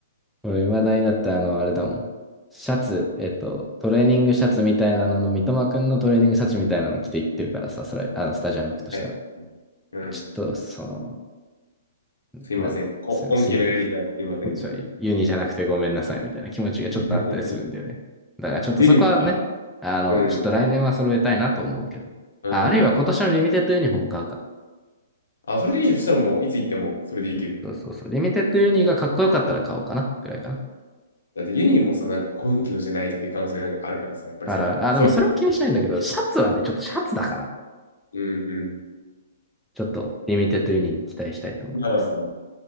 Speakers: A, in the centre; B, on the left.
A: 俺、未だになって、あの、あれだもん。シャツ、えっと、トレーニングシャツみたいなのの、三笘くんのトレーニングシャツみたいなの着ていってるからさ、それ、あの、スタジアム行くとしたら。
B: はいうん。
A: ちょっと、その、
B: すいません。
A: なん、
B: こ今期のユニじゃなくてすいません、
A: すいません、すいません。
B: みたいな。
A: ちょユニじゃなくてごめんなさいみたいな気持ちがちょっとあったりするんだよね。
B: <laughs>
A: だからちょっとそこはね、
B: ユニもさ、
A: あの、
B: うん。
A: ちょっと来年は揃えたいなと思うけど。
B: うん。
A: あ、あるいは今年のリミテッドユニフォーム買うか。
B: あ、それでいいじゃん。そしたらもう、いつ行っても、それで行ける。
A: そうそうそう。リミテッドユニがかっこよかったら買おうかな、くらいかな。
B: だって家にもさ、なんか今期のじゃないとかいう可能性なんかあるからさ、やっぱりその、
A: あらあら、あ、
B: そうい
A: でもそれも気にしないんだけど、シャツはね、ちょっとシャツだから。
B: う、うん、うん。
A: ちょっとリミテッドユニに期待したいと思います。
B: まあまあまあまあ